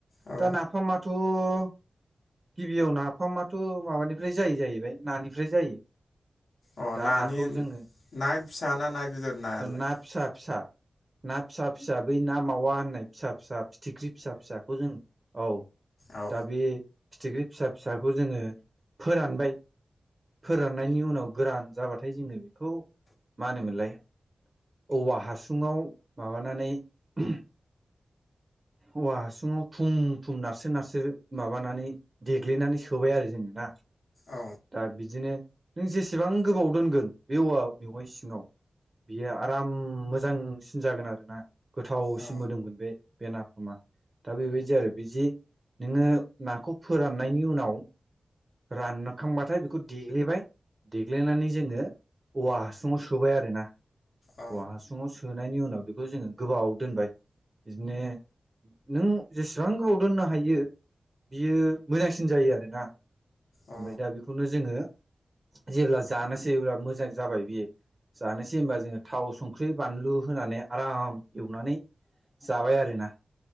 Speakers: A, on the left (about 80°); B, on the right (about 30°).
A: औ
B: दा नाफामाथ' थ' गिबियाव नाफामाथ' माबानिफ्राय जायो जाहैबाय नानिफ्राय जायो
A: अ
B: दा
A: नानि
B: नाखौ जोङो
A: ना फिसा ना ना गिदिर नायालाय
B: ना
A: <inaudible>
B: फिसा फिसा ना फिसा फिसा बै ना मावा होननाय फिसा फिसा फिथिख्रि फिसा फिसाखौ जों औ
A: औ
B: दा बे फिथिख्रि फिसा फिसाखौ जोङो फोरानबाय फोराननायनि उनाव गोरान जाबाथाय जोङो बेखौ मा होनोमोनलाय औवा हासुङाव माबानानै उह औवा हासुङाव थुम थुम नारसो नारसो माबानानै देग्लिनानै सोबाय आरो जोङो ना
A: औ
B: दा बिदिनो नों जेसेबां गोबाव दोनगोन बे औवा मेवाइ सिङाव बियो आराम मोजांसिन जागोन आरो ना गोथावसिन
A: औ
B: मोदोमगोन बे बे ना फामा दा बेबायदि आरो बिदि नोङो नाखौ फोराननायनि उनाव रानखांबाथाय बेखौ देग्लिबाय देग्लिनानै जोङो औवा हासुङाव सोबाय आरोना
A: औ
B: औवा हासुङाव सोबाय सोनायनि उनाव बेखौ जोङो गोबाव दोनबाय बिदिनो नों जेसेबां गोबाव दोननो हायो बियो मोजांसिन जायो आरोना।
A: अ
B: ओमफ्राय दा बेखौनो जोङो जेब्ला जानोसै अब्ला मोजां जाबाय बेयो जानोसै होनबा जोङो थाव संख्रि बानलु होनानै आराम एवनानै जाबाय आरोना